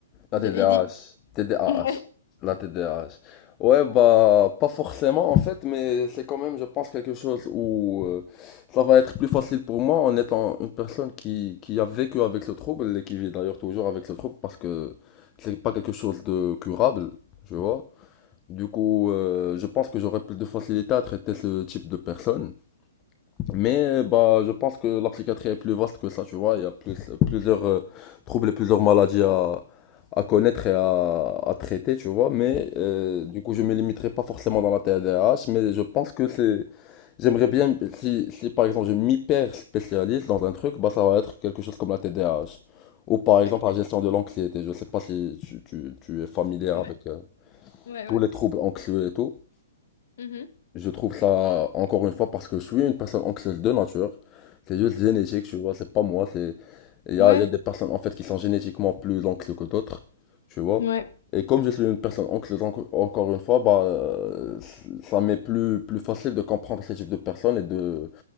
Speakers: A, on the left (about 20°); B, on the left (about 60°).
A: La
B: de
A: TDAH.
B: aider.
A: TDAH.
B: Ouais,
A: La TDAH. Ouais, bah, pas forcément en fait, mais c'est quand même, je pense, quelque chose où euh, ça va être plus facile pour moi en étant une personne qui, qui a vécu avec ce trouble et qui vit d'ailleurs toujours avec ce trouble parce que c'est pas quelque chose de curable, je vois. Du coup, euh, je pense que j'aurais plus de facilité à traiter ce type de personne. Mais euh, bah, je pense que la psychiatrie est plus vaste que ça, tu vois. Il y a plus, plusieurs euh, troubles et plusieurs maladies à, à connaître et à, à traiter, tu vois. Mais euh, du coup, je me limiterai pas forcément dans la TDAH, mais je pense que c'est... J'aimerais bien, si, si par exemple je m'hyper spécialise dans un truc, bah ça va être quelque chose comme la TDAH. Ou par exemple
B: ok,
A: la gestion de l'anxiété. Je sais pas si tu, tu, tu es familier avec
B: ouais,
A: euh,
B: ouais.
A: tous
B: ouais.
A: les troubles anxieux et tout.
B: Mhm.
A: Je trouve ça, encore une fois, parce que je suis une personne anxieuse de nature. C'est juste génétique, tu vois, c'est pas moi, c'est... Il y
B: Ouais,
A: a, il y a des personnes, en fait, qui sont génétiquement plus anxieuses que d'autres, tu vois.
B: ouais.
A: Et comme je suis une personne anxieuse, enco- encore une fois, bah, euh, ça m'est plus, plus facile de comprendre ce type de personnes et de,